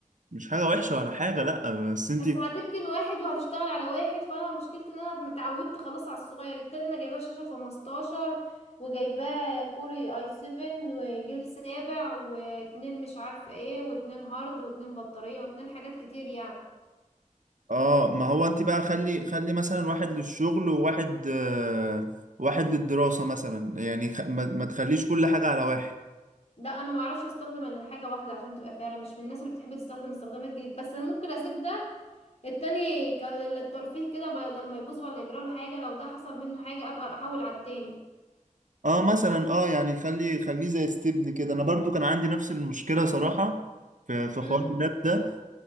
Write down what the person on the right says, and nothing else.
مش حاجة وحشة ولا حاجة لا بس انت
اه ما هو انت بقى خلي خلي مثلا واحد للشغل وواحد آه واحد للدراسة مثلا يعني خ- ما, ما تخليش كل حاجة على واحد
اه مثلا اه يعني خلي خليه زي ستبن كده انا برضو كان عندي نفس المشكله صراحه في في
حوار اللاب ده